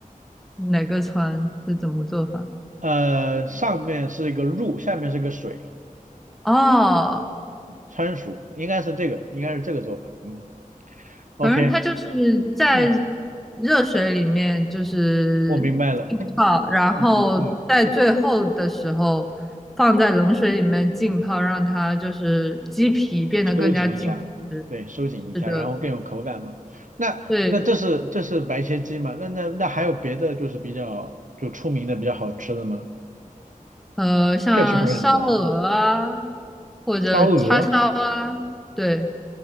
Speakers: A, in the centre; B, on the right.
A: 哪个川这怎么做法？
B: 呃，上面是一个入，下面是个水，
A: 哦，
B: 川蜀应该是这个，应该是这个做法。嗯，OK，
A: 反正它就是在
B: 嗯，
A: 热水里面就是浸泡，
B: 我明白了。
A: 然后在最后的时候放在冷水里面浸泡，
B: 嗯嗯嗯，
A: 让它就是鸡皮变得更加紧实。
B: 收紧一下，对，收紧一下，
A: 是的，
B: 然后更有口感嘛。那那这是这是白切鸡嘛？
A: 对。
B: 那那那还有别的就是比较就出名的比较好吃的吗？
A: 呃，像烧鹅啊，
B: 确实不是很懂。
A: 或者叉烧啊，
B: 烧鹅。
A: 对，